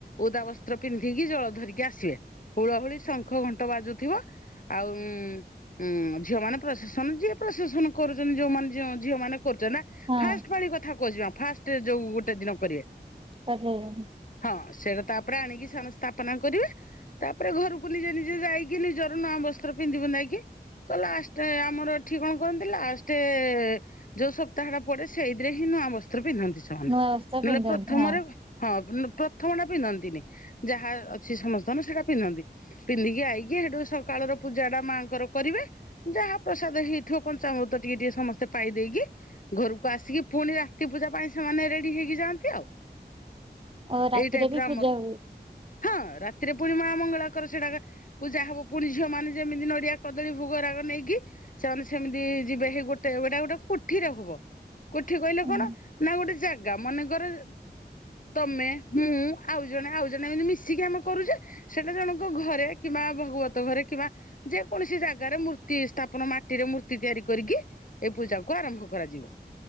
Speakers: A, on the left; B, on the right.
A: ଓଦା ବସ୍ତ୍ର ପିନ୍ଧିକି ଜଳ ଧରିକି ଆସିବେ। ହୁଳହୁଳି, ଶଙ୍ଖ, ଘଣ୍ଟ ବାଜୁଥିବ ଆଉ ଉଁ ଝିଅ ମାନେ ପ୍ରସେସନ ଯିଏ ପ୍ରସେସନ କରୁଛନ୍ତି ଯୋଉମାନେ ଝିଅ ଝିଅ ମାନେ କରୁଛନ୍ତି ନା।
B: ହଁ
A: ଫାଷ୍ଟ ପାଳି କଥା କହୁଚି ମା ଫାଷ୍ଟ ଯୋଉ ଗୋଟେ ଦିନ କରିବେ।
B: <unintelligible>
A: ହଁ ସେଇଟା ତାପରେ ଆଣିକି ସେମାନେ ସ୍ଥାପନା କରିବେ ତାପରେ ଘରକୁ ନିଜେ ନିଜେ ଯାଇକି ନିଜର ନୂଆ ବସ୍ତ୍ର ପିନ୍ଧି ପୁନ୍ଧା କି ତ ଲାଷ୍ଟ ଆମର ଏଠି କଣ କରନ୍ତି ଲାଷ୍ଟ ଯୋଉ ସପ୍ତାହ ଟା ପଡ଼େ ସେଇଥିରେ ହିଁ ନୂଆ ବସ୍ତ୍ର ପିନ୍ଧନ୍ତି ସେମାନେ
B: ନୂଆ ବସ୍ତ୍ର
A: ନହେଲେ
B: ପିନ୍ଧନ୍ତି
A: ପ୍ରଥମରେ
B: ହଁ।
A: ହଁ ପ୍ରଥମ ଟା ପିନ୍ଧନ୍ତିନି ଯାହା ଅଛି ସମସ୍ତଙ୍କର ସେଇଟା ପିନ୍ଧନ୍ତି। ପିନ୍ଧିକି ଆଇକି ହେଠୁ ସକାଳର ପୂଜାଟା ମାଆଙ୍କର କରିବେ। ଯାହା ପ୍ରସାଦ ହେଇଥିବ ପଞ୍ଚାମୃତ ଟିକେ ଟିକେ ସମସ୍ତେ ପାଇ ଦେଇକି ଘରକୁ ଆସିକି ପୁଣି ରାତି ପୂଜା ପାଇଁ ସେମାନେ ରେଡ଼ି ହେଇକି ଯାଆନ୍ତି ଆଉ।
B: <inaudible> ରାତିରେ
A: ଏଇ ଟାଇପ୍
B: ବି
A: ର ଆମର
B: ପୂଜା ହୁଏ
A: ହଁ ରାତିରେ ପୁଣି ମା ମଙ୍ଗଳାଙ୍କ ର ସେଇଟାକା ପୂଜା ହବ ପୁଣି ଝିଅ ମାନେ ଯେମିତି ନଡ଼ିଆ କଦଳୀ ଭୋଗ ରାଗ ନେଇକି। ସେମାନେ ସେମିତି ଯିବେ ହେଇ ଗୋଟେ ଏଇଟା ଗୋ କୋଠିରେ ହବ କୋଠି କହିଲେ
B: ହୁଁ
A: କଣ ନା ଗୋଟେ ଜାଗା ମନେକର ତମେ, ମୁଁ, ଆଉ ଜଣେ, ଆଉ ଜଣେ ଏମିତି ମିଶିକି ଆମେ କରୁଚେ। ସେଇଟା ଜଣଙ୍କ ଘରେ କିମ୍ବା ଭାଗବତ ଘରେ କିମ୍ବା ଯେକୌଣସି ଜାଗାରେ ମୂର୍ତ୍ତି ସ୍ଥାପନ ମାଟିରେ ମୂର୍ତ୍ତି ତିଆରି କରିକି ଏଇ ପୂଜା କୁ ଆରମ୍ଭ କରାଯିବ